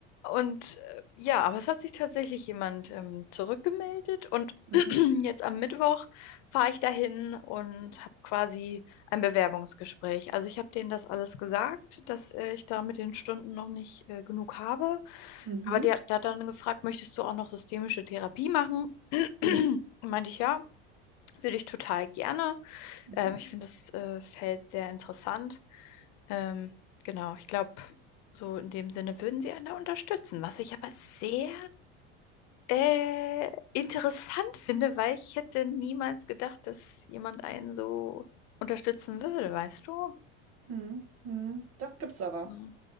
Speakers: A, on the left; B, on the right.
A: Und äh, ja, aber es hat sich tatsächlich jemand ähm, zurückgemeldet und
B: mhm,
A: <clears throat> jetzt am Mittwoch fahre ich dahin und habe quasi ein Bewerbungsgespräch. Also ich habe denen das alles gesagt, dass äh, ich da mit den Stunden noch nicht äh, genug habe.
B: mhm,
A: Aber der, der hat dann gefragt, möchtest du auch noch systemische Therapie machen? <clears throat>
B: mhm,
A: Meinte ich ja, würde ich total gerne.
B: mhm,
A: Ähm, ich finde das äh, Feld sehr interessant. Ähm, genau, ich glaube, so in dem Sinne würden sie einen da unterstützen, was ich aber sehr äh, interessant finde, weil ich hätte niemals gedacht, dass jemand einen so unterstützen würde, weißt du?
B: mhm, mhm. Doch, gibt's aber.
A: Ja.